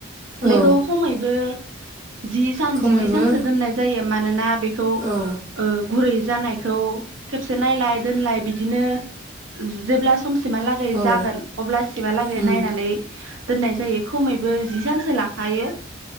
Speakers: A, on the right (about 35°); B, on the right (about 70°).
A: औ
B: बेखौ खमैबो जि सान
A: खमैबो
B: जिनै सानसो दोननाय जायो मानोना बेखौ ओ
A: औ
B: गुरै जानायखौ खेबसे नायलाय दोनलाय बिदिनो जेब्ला सम सिमहालागै
A: औ
B: जागोन अब्लासिमहालागै
A: उम
B: नायनानै दोननाय जायो खमैबो जि सानसो लाखायो